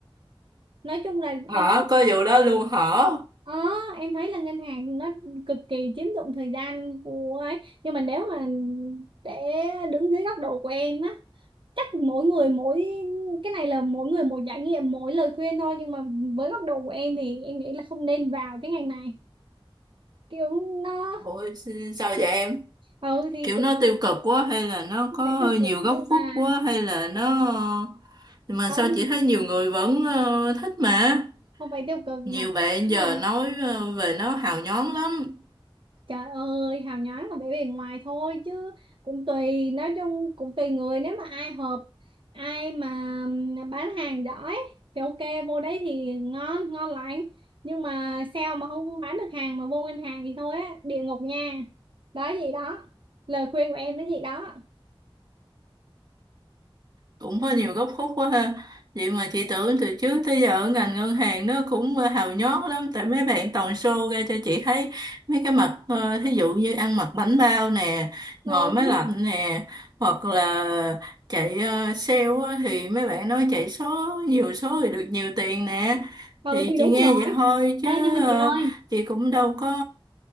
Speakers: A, on the right; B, on the right.
A: nói chung là em
B: Hả? Có vụ đó luôn hả?
A: ờ em thấy là ngân hàng nó cực kỳ chiếm dụng thời gian của ấy nhưng mà nếu mà để đứng dưới góc độ của em á chắc mỗi người mỗi cái này là mỗi người một trải nghiệm mỗi lời khuyên thôi nhưng mà với góc độ của em thì em nghĩ là không nên vào cái ngành này kiểu nó
B: Ủa sao vậy em?
A: ừ thì
B: kiểu
A: kiểu
B: nó tiêu cực quá hay là nó
A: không
B: có
A: phải tiêu cực
B: nhiều góc
A: nhưng
B: khuất
A: mà
B: quá hay là nó mà
A: không
B: sao chị thấy nhiều người vẫn ờ, thích mà
A: không phải tiêu cực mà
B: nhiều
A: các
B: bạn
A: bạn
B: giờ
A: là
B: nói ờ, về nó hào nhoáng lắm
A: Trời ơi, hào nhoáng là vẻ bề ngoài thôi chứ cũng tùy, nói chung cũng tùy người nếu mà ai hợp, ai mà ừm, bán hàng giỏi thì ok vô đấy thì ngon, ngon lành. Nhưng mà sao mà không bán được hàng mà vô ngân hàng thì thôi á, địa ngục nha. Đó vậy đó. Lời khuyên của em nó vậy đó.
B: cũng có nhiều góc khuất quá ha vậy mà chị tưởng từ trước tới giờ ở ngành ngân hàng nó cũng ờ, hào nhoáng lắm tại mấy bạn toàn show ra cho chị thấy mấy cái mặt ờ, thí dụ như ăn mặc bánh bao nè
A: Không,
B: ngồi máy lạnh nè hoặc là chạy ờ, sale á, thì mấy bạn nói chạy số nhiều số thì được nhiều tiền nè
A: Ừ
B: thì
A: thì
B: chị
A: đúng
B: nghe
A: rồi.
B: vậy thôi
A: Ê
B: chứ
A: nhưng mà
B: ờ,
A: chị ơi,
B: chị cũng đâu có